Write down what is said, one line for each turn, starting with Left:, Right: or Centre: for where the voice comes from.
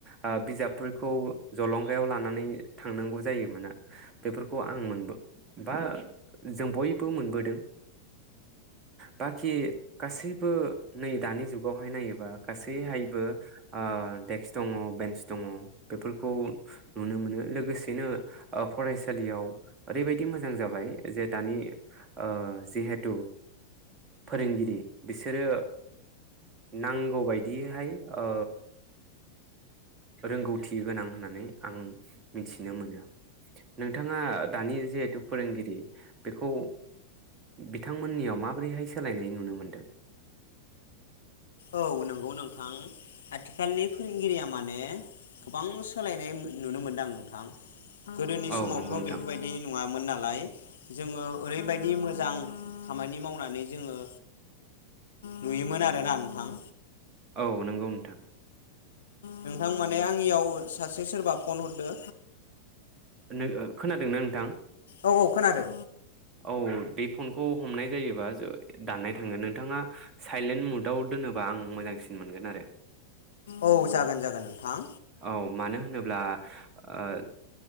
Right: ओ बिजाबफोरखौ जलंगायाव लानानै थांनांगौ जायोमोना बेफोरखौ आं मोनबो बा जों बयबो मोनबोदों। बाखि गासैबो नै दानि जुगावहाय नायोबा बा गासै हाय ओ देक्स दङ बेन्स दङ बेफोरखौ नुनो मोनो लोगोसेनो ओ फरायसालियाव ओरैबायदि मोजां जाबाय जे दानि ओ जिहेथु फोरोंगिरि बिसोरो नांगौ बायदियैहाय ओ रोंगौथि गोनां होन्नानै आं मिथिनो मोनो। नोंथाङा दानि जिहेथु फोरोंगिरि बेखौ बिथांमोन्नियाव माबोरैहाय सोलायनाय नुनो मोन्दों?
Left: औ नोंगौ नोंथां। आथिखालनि फोरोंगिरिया माने गोबां सोलायनाय नुनो मोन्दां नोंथां। गोदोनि
Right: औ
Left: समावथ
Right: नंगौ नोंथां
Left: बेफोरबायदि नङामोन ना लाइ जोङो ओरैबायदि मोजां खामानि मावनानै जोङो नुयोमोन आरोना थां।
Right: औ नोंगौ नोंथां।
Left: नोंथां माने आंनियाव सासे सोरबा फन हरदो।
Right: नोङो खोनादोंना नोंथां।
Left: औ औ खोनादो।
Right: औ बे फनखौ हमनाय जायोबा दाननाय थाङो नोंथाङा साइलेन्द मुदाव दोनोबा आं मोजांसिन मोनगोन आरो।
Left: औ जागोन जागोन नोंथां।
Right: औ मानो होनोब्ला ओ